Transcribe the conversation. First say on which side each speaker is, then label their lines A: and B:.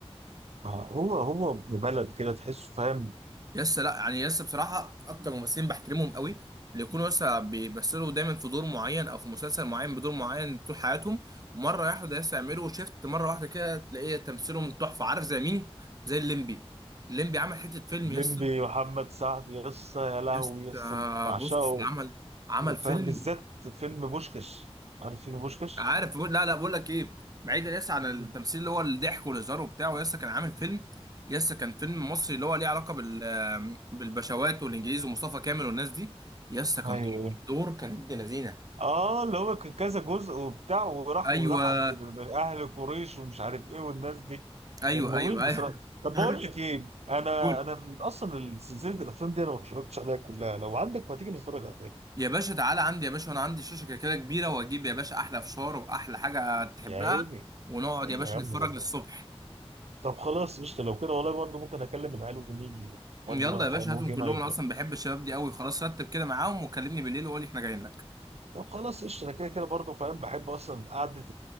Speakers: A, on the right; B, on the right.
A: آه، هو هو ابن بلد كده تحسه فاهم
B: لسه لا يعني لسه بصراحه اكتر ممثلين بحترمهم قوي اللي يكونوا لسه بيمثلوا دايما في دور معين او في مسلسل معين بدور معين طول حياتهم ومره واحده لسه يعملوا شيفت مره واحده كده تلاقيه تمثيلهم تحفه عارف زي مين زي الليمبي الليمبي عمل حته فيلم
A: الليمبي
B: يس
A: محمد سعد يسا يا لهوي
B: يس
A: يسا
B: آه،
A: بعشقه
B: بص عمل عمل فيلم
A: فاهم بالذات فيلم بوشكش عارف فيلم بوشكش؟
B: عارف بقول لا لا بقول لك ايه بعيدا يس عن
A: مم.
B: التمثيل اللي هو الضحك والهزار وبتاع يس كان عامل فيلم يس كان فيلم مصري اللي هو ليه علاقه بال آه، بالبشوات والانجليز ومصطفى كامل والناس دي يس كان
A: ايوه
B: طالع في دور كان ابن لذينه
A: اه اللي هو كان كذا جزء وبتاع وراح
B: ايوه
A: وراح عند اهل قريش ومش عارف ايه والناس دي
B: ايوه
A: كان ممل
B: ايوه
A: بصراحه
B: ايوه
A: طب
B: <laughs>
A: بقول لك ايه انا
B: قول
A: انا اصلا سلسله الافلام دي انا ما اتفرجتش عليها كلها لو عندك ما تيجي نتفرج عليها
B: يا باشا تعالى عندي يا باشا وانا عندي شاشه كده كده كبيره واجيب يا باشا احلى فشار واحلى حاجه تحبها
A: يا عيني
B: ونقعد
A: ايوه
B: يا باشا
A: يا عم
B: نتفرج
A: يلا
B: للصبح
A: طب خلاص قشطة لو كده والله برضه ممكن أكلم العيال ونيجي ودي
B: يلا
A: بقى
B: يا
A: فاهم
B: باشا
A: موفي
B: هاتهم كلهم
A: نايت
B: انا اصلا
A: بقى
B: بحب الشباب دي قوي خلاص رتب كده معاهم وكلمني بالليل وقولي احنا جايين لك
A: طب خلاص قشطة أنا كده كده برضه فاهم بحب أصلا قعدة